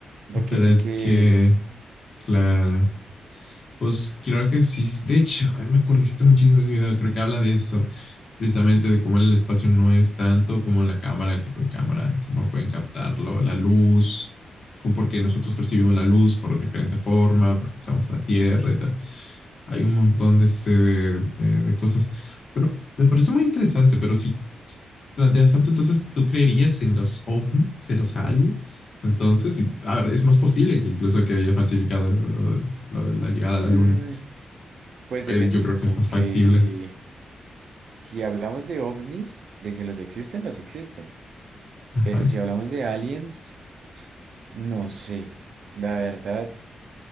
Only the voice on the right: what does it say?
porque
dice
que,
mm,
pues
depende,
porque
si hablamos de ovnis, de que los existen, los existen,
pero si hablamos de aliens, no sé, la verdad,